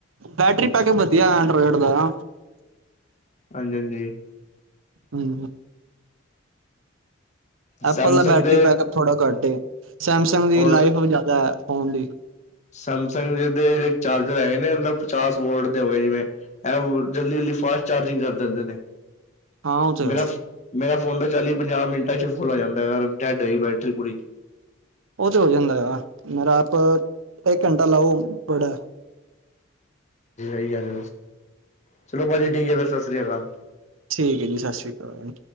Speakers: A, on the right; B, on the left.
A: ਬੈਟਰੀ ਬੈਕਅਪ ਵਧੀਆ ਐਂਡਰੋਇਡ ਦਾ ਹੈਨਾ।
B: ਹਾਂਜੀ-ਹਾਂਜੀ।
A: <unintelligible>
B: ਸੈਮਸੰਗ
A: ਐਪਲ ਦਾ ਬੈਟਰੀ
B: ਦੇ
A: ਬੈਕਅਪ ਥੋੜ੍ਹਾ ਘੱਟ ਏ ਸੈਮਸੰਗ ਦੀ
B: ਔਰ
A: ਲਾਈਫ ਜ਼ਿਆਦਾ ਹੈ। <unintelligible>
B: ਸੈਮਸੰਗ ਦੇ ਜੇੜੇ ਚਾਰਜਰ ਹੈਗੇ ਨੇ ਇਹ ਦਾ ਪਚਾਸ ਵੋਲਟ ਦੇ ਹੋਗੇ ਜਿਵੇਂ। ਇਹ ਵੋਲਟ ਜਲਦੀ ਜਲਦੀ ਫਾਸਟ ਚਾਰਜਿੰਗ ਕਰ ਦਿੰਦੇ ਨੇ
A: ਹਾਂ ਉਹ ਤੇ ਹੈ
B: ਮੇਰਾ ਮੇਰਾ। ਫੋਨ ਤਾਂ ਚਾਲੀ ਪੰਜਾਹ ਮਿੰਟਾਂ 'ਚ ਫੁਲ ਹੋ ਜਾਂਦਾ ਹੈਗਾ ਡੈੱਡ ਹੋਈ ਬੈਟਰੀ ਪੂਰੀ।
A: ਉਹ ਤੇ ਹੋ ਜਾਂਦਾ ਆ ਮੇਰਾ ਆਪ ਇੱਕ ਘੰਟਾ ਲਾਓ ਬੜਾ।
B: ਨਹੀਂ ਯਾਰ ਚਲੋ ਪਾ ਜੀ ਠੀਕ ਹੈ ਫੇਰ ਸਤਿ ਸ੍ਰੀ ਅਕਾਲ।
A: ਠੀਕ ਹੈ ਜੀ ਸਤਿ ਸ੍ਰੀ ਅਕਾਲ।